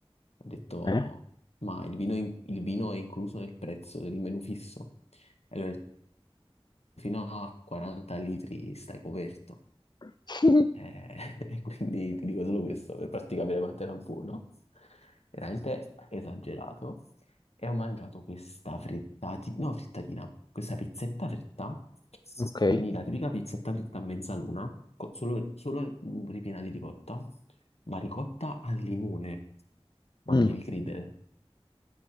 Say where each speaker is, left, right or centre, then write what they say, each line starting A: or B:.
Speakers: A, on the left (about 85°); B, on the left (about 45°).
A: ho detto,
B: eh?
A: ma il vino, è in- il vino è incluso nel prezzo del menù fisso? E lui ha detto, fino a 40 litri stai coperto.
B: <laughs>
A: Eh, <laughs> e quindi ti dico solo questo per farti capire quanto era buono. Veramente esagerato. E ho mangiato questa frittati- no, frittatina, questa pizzetta fritta.
B: Ok.
A: Quindi la tipica pizzetta fritta a mezzaluna, co- solo, solo, mm, ripiena di ricotta, ma ricotta al limone. Ma
B: Mm.
A: mi devi credere,